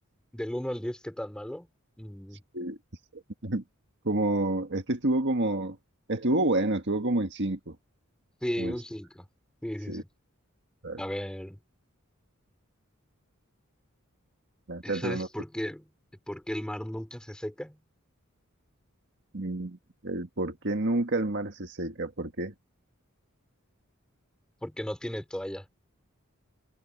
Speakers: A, in the centre; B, on the right.
A: Del uno al diez, ¿qué tan malo? Mm,
B: Sí. <laughs> Como, este estuvo como, estuvo bueno, estuvo como en cinco.
A: sí,
B: Como
A: un
B: en,
A: cinco. Sí,
B: sí,
A: sí, sí.
B: claro.
A: A ver,
B: Lánzate
A: ¿sabes
B: uno
A: por qué? ¿Por qué el mar nunca se seca?
B: Mm, El por qué nunca el mar se seca, ¿por qué?
A: Porque no tiene toalla.